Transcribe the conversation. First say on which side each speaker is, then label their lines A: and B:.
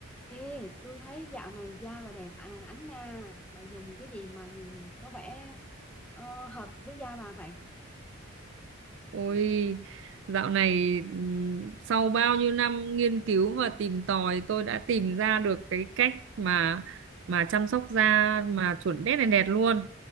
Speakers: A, in the centre; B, on the right (about 55°).
A: Ê, tôi thấy dạo này da bà đẹp à, ánh nha. Bà dùng cái gì mà nhìn có vẻ ờ, hợp với da bà vậy?
B: Ôi, dạo này ừm, sau bao nhiêu năm nghiên cứu và tìm tòi tôi đã tìm ra được cái cách mà mà chăm sóc da mà chuẩn đét này đẹp luôn.